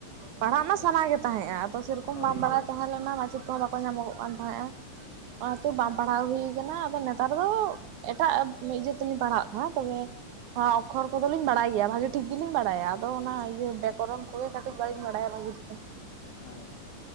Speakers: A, on the right (about 75°); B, on the left (about 60°).
A: ᱯᱟᱲᱦᱟᱜ
B: ᱟᱪᱪᱷᱟ
A: ᱢᱟ ᱥᱟᱱᱟ
B: ᱟᱪᱪᱷᱟ
A: ᱜᱮ ᱛᱟᱦᱮᱸᱫᱼᱟ ᱟᱫᱚ ᱥᱮᱨᱚᱠᱚᱢ
B: ᱦᱳᱭ
A: ᱵᱟᱝ
B: ᱦᱳᱭ
A: ᱵᱟᱲᱟᱭ ᱛᱟᱦᱮᱸᱞᱮᱱᱟ ᱢᱟᱪᱮᱫ ᱠᱚᱦᱚᱸ ᱵᱟᱠᱚ ᱧᱟᱢᱚᱜᱚᱜ ᱠᱟᱱ ᱛᱟᱦᱮᱸᱫᱼᱟ᱾ ᱚᱱᱟᱛᱮ ᱵᱟᱝ
B: ᱟᱪᱪᱷᱟ
A: ᱯᱟᱲᱦᱟᱣ ᱦᱩᱭ ᱠᱟᱱᱟ ᱟᱫᱚ ᱱᱮᱛᱟᱨ ᱫᱚ ᱮᱴᱟᱜ ᱤᱭᱟᱹ ᱛᱮᱞᱤᱧ ᱯᱟᱲᱦᱟᱜ ᱠᱟᱱᱟ ᱛᱚᱵᱮ ᱚᱠᱠᱷᱚᱨ ᱠᱚᱫᱚᱞᱤᱧ ᱵᱟᱲᱟᱭ ᱜᱮᱭᱟ ᱵᱷᱟᱜᱮ ᱴᱷᱤᱠ ᱜᱤᱞᱤᱧ ᱵᱟᱲᱟᱭᱟ᱾ ᱟᱫᱚ ᱚᱱᱟ ᱤᱭᱟᱹ ᱵᱮᱠᱚᱨᱚᱱ ᱠᱚᱜᱮ ᱠᱟᱹᱴᱤᱡ ᱵᱟᱹᱧ ᱵᱟᱲᱟᱭᱟ ᱵᱷᱟᱹᱜᱤ <unintelligible>
B: ᱟᱪᱪᱷᱟ